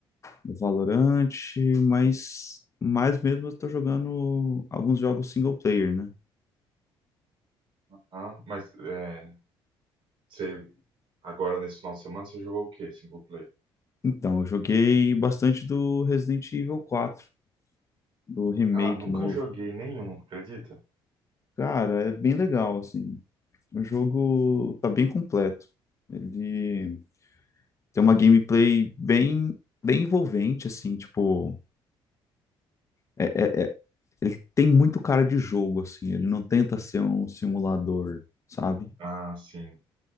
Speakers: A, on the left; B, on the right.
A: do Valorant, mas mais mesmo eu tô jogando alguns jogos single player, né?
B: Ah, mas é, você agora nesse final de semana você jogou o quê? Single player?
A: Então, eu joguei bastante do Resident Evil 4, do remake
B: Cara, nunca
A: novo.
B: joguei nenhum, acredita?
A: Cara, é bem legal, assim. O jogo tá bem completo. Ele tem uma gameplay bem, bem envolvente, assim, tipo, é- é- é- ele tem muito cara de jogo, assim, ele não tenta ser um simulador, sabe?
B: Ah, sim,